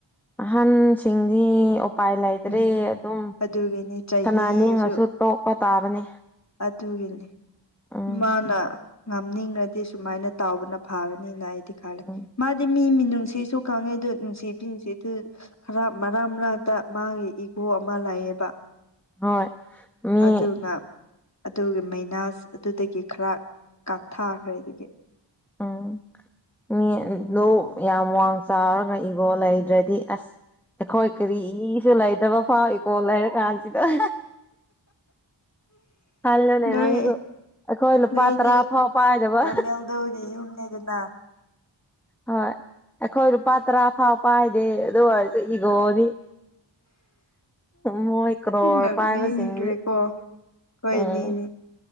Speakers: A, in the centre; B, on the left (about 35°).
A: ꯑꯍꯟꯁꯤꯡꯗꯤ ꯎꯄꯥꯏ ꯂꯩꯇ꯭ꯔꯦ
B: ꯎꯝ
A: ꯑꯗꯨꯝ
B: ꯑꯗꯨꯒꯤꯅꯤ ꯆꯍꯤꯁꯨ
A: ꯁꯥꯟꯅ ꯅꯤꯡꯉꯁꯨ ꯇꯣꯛꯄ ꯇꯥꯕꯅꯤ
B: ꯑꯗꯨꯒꯤꯅꯤ
A: ꯎꯝ
B: ꯃꯥꯅ ꯉꯝꯅꯤꯡꯔꯗꯤ ꯁꯨꯃꯥꯏꯅ ꯇꯧꯕꯅ ꯐꯥꯒꯅꯤꯅ ꯑꯩ <unintelligible>
A: ꯎꯝ
B: ꯃꯥꯗꯤ ꯃꯤ ꯃꯤꯅꯨꯡꯁꯤꯁꯨ ꯈꯪꯉꯦ ꯗꯨ ꯅꯨꯡꯁꯤ <unintelligible> ꯈꯔ ꯃꯔꯛ ꯃꯔꯛꯇ ꯃꯥꯒꯤ ꯏꯒꯣ ꯑꯃ ꯂꯩꯕ
A: ꯍꯣꯏ ꯃꯤ
B: ꯑꯗꯨꯅ ꯑꯗꯨꯒꯤ ꯃꯩꯅꯥꯁ ꯑꯗꯨꯗꯒꯤ ꯈꯔ ꯀꯥꯞꯊꯥꯈ꯭ꯔꯦ ꯑꯗꯨꯒꯤ
A: ꯎꯝ ꯃꯤ <unintelligible> ꯌꯥꯝ ꯋꯥꯡ ꯆꯥꯎꯔꯒ ꯏꯒꯣ ꯂꯩꯇ꯭ꯔꯗꯤ ꯑꯁ ꯑꯩꯈꯣꯏ ꯀꯔꯤꯁꯨ ꯂꯩꯇꯕ ꯐꯥꯎ ꯏꯀꯣ ꯂꯩꯔ ꯀꯥꯟꯁꯤꯗ ꯈꯜꯂꯨꯅꯦ
B: ꯅꯣꯏ
A: ꯅꯪꯁꯨ ꯑꯩꯈꯣꯏ ꯂꯨꯄꯥ
B: ꯅꯣꯏꯗꯤ
A: ꯇꯔꯥ ꯐꯥꯎ ꯄꯥꯏꯗꯕ
B: ꯔꯣꯅꯦꯜꯗꯣꯒꯤ <unintelligible>
A: ꯍꯣꯏ ꯑꯩꯈꯣꯏ ꯂꯨꯄꯥ ꯇꯔꯥ ꯐꯥꯎ ꯄꯥꯏꯗꯦ ꯑꯗꯨ ꯑꯣꯏꯔꯁꯨ ꯏꯒꯣꯗꯤ ꯃꯣꯏ ꯀ꯭ꯔꯣꯔ
B: ꯅꯣꯛꯅꯤꯡꯈ꯭ꯔꯦꯀꯣ
A: ꯄꯥꯏꯕ ꯁꯤꯡꯗꯤ
B: ꯑꯩꯈꯣꯏꯅꯤꯅꯤ
A: ꯎꯝ